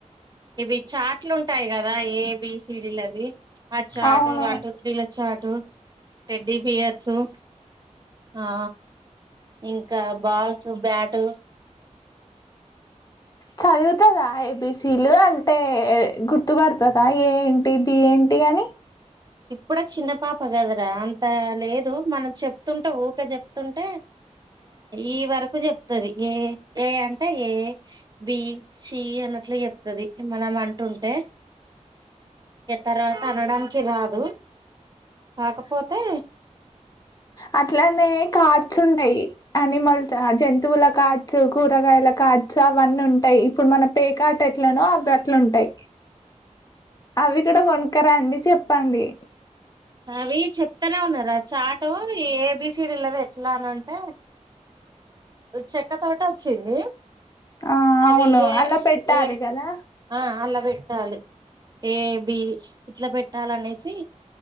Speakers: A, on the right; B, on the left.
A: ఇవి చాట్లు ఉంటాయి కదా ఏబి సిడీలు అవి అచ్చా
B: అవును
A: ఆటో వన్ టూ త్రీ చ్చా ఆటో టెడి పియర్సు ఆ ఇంకా బాల్స్ బ్యాట్
B: చదిపోత నా ఏవిస్ చీలు అంటే గుర్తుపడుతుందా ఏ ఏంటి బి ఏంటి అని
A: ఇప్పుడ చిన్న పాప కదరా అంత లేదు మనం చెప్తుంటే ఊక చెప్తుంటే ఈ వరకు చెప్తుది ఏ ఏ అంటే ఏ బి సి అనట్లు చెప్తుంది మనం అంటుంటే తర్వాత అనడానికి రాదు అ కాకపోతే
B: అట్లానే కార్డ్స్ ఉంటాయి అనిమల్స్ జంతువుల కార్డ్స్ కూరగాయల కాార్డ్చు అవన్నీ ఉంటాయి ఇప్పుడు మన పేకాట ఎట్లనో అవి అట్లు ఉంటాయి అవి ఇక్కడ వనుకరా అండి చెప్పండి
A: అవి చెప్తానే ఉన్నారుారా చాటు ఏబిసిీడ లేద ఎట్లా అని అంటే చెక్క తోట వచ్చింది
B: ఆ
A: అది
B: అవును
A: ఏ
B: అలా పెట్టాలి
A: ఏ
B: కదా
A: ఆ అలా పెట్టాలి ఏ బి ఇట్లా పెట్టాలనేసి